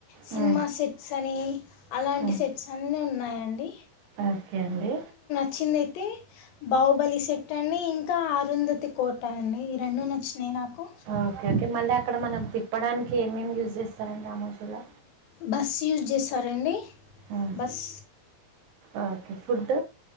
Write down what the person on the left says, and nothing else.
సినిమా
మా సెట్స్ అని అలాంటి
సెట్స్ అన్ని ఉన్నాయండి
నచ్చిందయితే బాహుబలి సెట్ అండి ఇంకా ఆరుంధతి కోట అండి ఈ రెండు నచ్చినాయి నాకు
బస్సు యూజ్ చేస్తారండి
బస్